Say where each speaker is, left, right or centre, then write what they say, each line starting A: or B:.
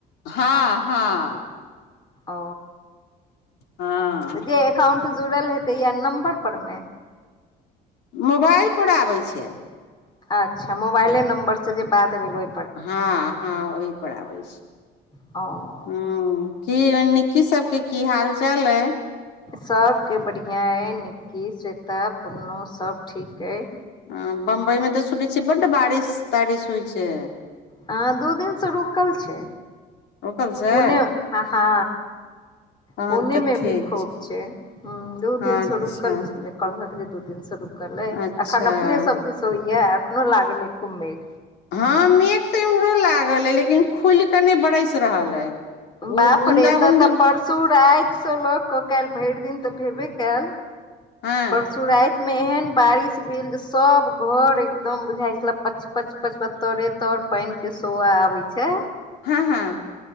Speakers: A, on the left (about 80°); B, on the left (about 25°).
A: हँ, हँ।
B: ओ,
A: हँ
B: जे एकाउंट जुड़ल हेतै या नम्बर परमे।
A: मोबाइल पर आबैत छै।
B: अच्छा, मोबाइले नंबर से जे बात भेल ओ
A: हँ हँ ओही पर आबै छि
B: ह
A: हू की निक्की सब के की हाल चाल अइ
B: सभके बढ़िया अइ निक्की स्वेता पुन्नु सब ठीक अइ
A: हँ बम्बई में तऽ सुनै छियै बड़ बारिश तारिश होइत छै
B: हँ दू दिनसँ रुकल छै
A: रोकल से
B: पुणे ह हँ
A: तहन
B: पुणे
A: तऽ
B: मे
A: ठीक
B: भी खूब छै ह दु
A: अच्छा
B: दिन से रुकल छलै कहल जे दु दिन रुकल अइ
A: अच्छा
B: एखन अपने सब दिश होइय एखनो लागलै खूब मेघ
A: हँ मेघ तऽ एम्हरो लागल अइ लेकिन खुल कऽ न ब बरैस रहल अइ
B: बाप
A: ओ बूंदा
B: रे एत
A: बूंदी
B: तऽ परसू रातिसँ लऽ कऽ कइल भैर दिन तऽ भेबे कैल
A: <inaudible>
B: सु राति मे एहन बारिश भेल जे सब घर एकदम बुझााय छले पय पच पचपत्तरे तोड़े तोड़ पानी के सो आबे छै
A: हँ हँ